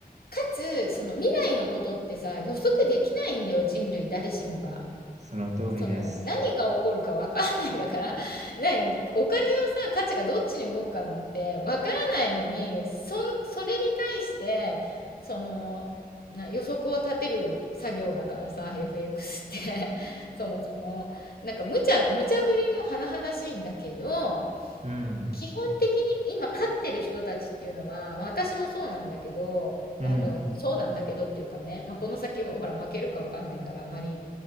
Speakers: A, on the left; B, on the right.
A: かつ、その未来のことってさ、予測できないんだよ、人類誰しもが。
B: その通りです。
A: その、何が起こるかわかんないんだから、<laughs> な、お金のさ、価値がどっちに動くかなんてわからないのに、そん、それに対して、その、な、予測を立てる作業だからさ、FX って <laughs> そもそも。なんか無茶無茶ぶりも甚だしいんだけど、
B: うん。
A: 基本的に今飼ってる人たちっていうのは、まあ、私もそうなんだけど、
B: うん。
A: あの、そうなんだけどっていうかね、まあ、この先もほら負けるかわかんないからあんまり